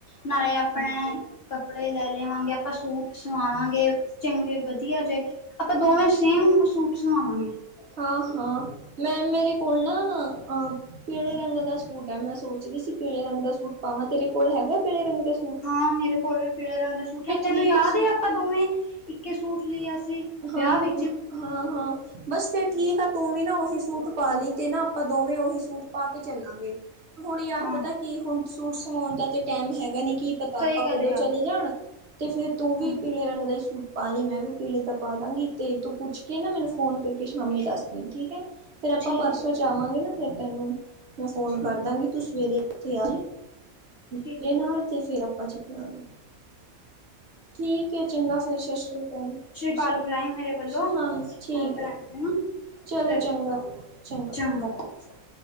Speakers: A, on the left; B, on the right.
A: ਨਾਲੇ ਆਪਣੇ ਕੱਪੜੇ ਲੈ ਲਵਾਂਗੇ ਆਪਾਂ ਸੂਟ ਸਵਾਵਾਂਗੇ ਚੰਗੇ ਵਧੀਆ ਜੇ ਆਪਾਂ ਦੋਵੇਂ ਸੇਮ ਸੂਟ ਸੁਵਾਵਾਂਗੇ।
B: ਹਾਂ, ਹਾਂ ਮੈਂ ਮੇਰੇ ਕੋਲ ਨਾ ਅ ਪੀਲੇ ਰੰਗ ਦਾ ਸੂਟ ਐ ਮੈਂ ਸੋਚਦੀ ਸੀ ਪੀਲੇ ਰੰਗ ਦਾ ਸੂਟ ਪਾਵਾਂ ਤੇਰੇ ਕੋਲ ਹੈਗਾ ਪੇਲੇ ਰੰਗ ਦਾ ਸੂ
A: ਹਾਂ ਮੇਰੇ ਕੋਲ ਵੀ ਪੀਲੇ ਰੰਗ ਦਾ ਸੂਟ ਹੈ ਤੈਨੂੰ
B: ਠੀਕ
A: ਯਾਦ
B: ਸੂਟ
A: ਐ ਆਪਾਂ ਦੋਵੇਂ ਇੱਕੇ ਸੂਟ ਲੀਆ ਸੀ। ਵਿਆਹ
B: ਹਾਂ ਹਾਂ,
A: ਵਿੱਚ
B: ਹਾਂ ਹਾਂ, ਬਸ ਫੇਰ ਠੀਕ ਆ ਤੂੰ ਵੀ ਨਾ ਉਹੀ ਸੂਟ ਪਾ
A: ਹਾਂ
B: ਲਈ ਤੇ ਨਾ ਆਪਾਂ ਦੋਵੇਂ ਉਹੀ ਸੂਟ ਪਾ ਕੇ ਚੱਲਾਂਗੇ। ਹੁਣ ਯਾਰ
A: ਹਾਂ
B: ਪਤਾ ਕੀ ਹੁਣ ਝੂਟ ਸਵਾਉਣ ਦਾ ਤੇ ਟਾਈਮ ਹੈਗਾ ਨੀ ਕੀ ਪਤਾ
A: ਸਹੀ
B: ਆਪਾਂ
A: ਗੱਲ
B: ਕਦੋਂ
A: ਹੈ ਯਾਰ
B: ਚਲੇ ਜਾਣ ਤੇ ਫੇਰ ਤੂੰ ਵੀ
A: ਹੂੰ
B: ਪੀਲੇ ਰੰਗ ਦਾ ਈ ਸੂਟ ਪਾ ਲਈ ਮੈਂ ਵੀ ਪੀਲੇ ਦਾ ਪਾ ਲਾਂਗੀ ਤੇ ਤੂੰ ਪੁੱਛ ਕੇ ਨਾ ਮੈਨੂੰ ਫੋਨ ਕਰਕੇ ਸ਼ਾਮੀ ਦੱਸਦੀ ਠੀਕ ਐ। ਫੇਰ ਆਪਾਂ
A: ਠੀਕ
B: ਪਰਸੋਂ
A: ਹੈ ਜ਼ਰੂਰ
B: ਚ ਆਵਾਂਗੇ ਨਾ ਫਿਰ ਤੈਨੂੰ ਮੈਂ ਫੋਨ
A: ਠੀਕ
B: ਕਰ ਦਾਂਗੀ ਤੂੰ ਸਵੇਰੇ ਇਥੇ ਆਜੀ ਮੇਰੇ
A: ਠੀਕ ਹੈ
B: ਨਾਲ ਤੇ ਫਿਰ ਆਪਾਂ ਚੱਲਾਂਗੇ। ਠੀਕ ਏ, ਚੰਗਾ ਫੇਰ ਸਤਿ ਸ੍ਰੀ ਅਕਾਲ। ਸਤਿ ਸ੍ਰੀ
A: ਕਰ
B: ਅਕਾਲ।
A: ਬੁਲਾਈ ਮੇਰੇ ਵੱਲੋਂ <unintelligible>
B: ਹਾਂ
A: ਸਸ
B: ਠੀਕ ਹੈ। ਚਲੋ ਚੰਗਾ
A: ਸੀ਼
B: ਚੰਗਾ
A: ਚੰ <inaudible>